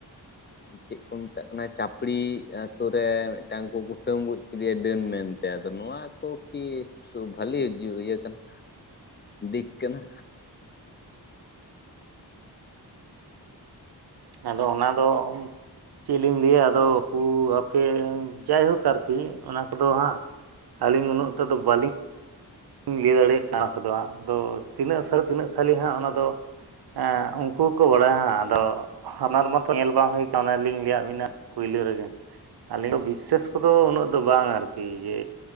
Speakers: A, on the left; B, on the right.
A: ᱪᱮᱫ ᱠᱚ ᱢᱮᱛᱟᱜ ᱠᱟᱱᱟ? ᱪᱟᱯᱲᱤ ᱟᱛᱳ ᱨᱮ ᱢᱤᱫᱴᱟᱝ ᱠᱚ ᱠᱩᱴᱟᱹᱢ ᱜᱚᱡ ᱠᱮᱫᱮᱭᱟ ᱰᱟᱹᱱ ᱢᱮᱱᱛᱮ ᱟᱫᱚ ᱱᱚᱣᱟ ᱠᱚ ᱠᱤ ᱥᱚ ᱵᱷᱟᱞᱤ ᱤᱭᱟᱹ ᱠᱟᱱᱟ, ᱫᱤᱠ ᱠᱟᱱᱟ?
B: ᱟᱫᱚ ᱚᱱᱟ ᱫᱚ ᱪᱮᱫ ᱞᱤᱧ ᱞᱟᱹᱭᱟ ᱟᱫᱚ ᱠᱩ ᱟᱯᱮ ᱡᱟᱭᱦᱳᱠ ᱟᱨᱠᱤ ᱚᱱᱟ ᱠᱚᱫᱚ ᱦᱟᱸᱜ ᱟᱹᱞᱤᱧ ᱩᱱᱟᱹᱜ ᱴᱟ ᱫᱚ ᱵᱟᱹᱞᱤᱧ ᱞᱟᱹᱭ ᱫᱟᱲᱮᱭᱟᱜ <inaudible> ᱠᱚᱫᱚ ᱦᱟᱸᱜ ᱟᱫᱚ ᱛᱤᱱᱟᱹᱜ ᱥᱟᱹᱨᱤ ᱛᱤᱱᱟᱹᱜ ᱠᱷᱟᱹᱞᱤ ᱦᱟᱸᱜ ᱚᱱᱟᱫᱚ ᱮᱸ ᱩᱱᱠᱩ ᱜᱮᱠᱚ ᱵᱟᱲᱟᱭᱟ ᱦᱟᱸᱜ ᱟᱫᱚ ᱦᱟᱱᱟᱨ ᱢᱚᱛᱚ ᱧᱮᱞ ᱵᱟᱝ ᱦᱩᱭ ᱠᱟᱱᱟ ᱚᱱᱮ ᱞᱤᱧ ᱞᱟᱹᱭᱟᱜ ᱵᱤᱱᱟ ᱯᱩᱭᱞᱟᱹ ᱨᱮᱜᱮ᱾ ᱟᱹᱞᱤᱧ ᱫᱚ ᱵᱤᱥᱥᱟ. ᱥ ᱠᱚᱫᱚ ᱩᱱᱟᱹᱜ ᱫᱚ ᱵᱟᱝ ᱟᱨᱠᱤ ᱡᱮ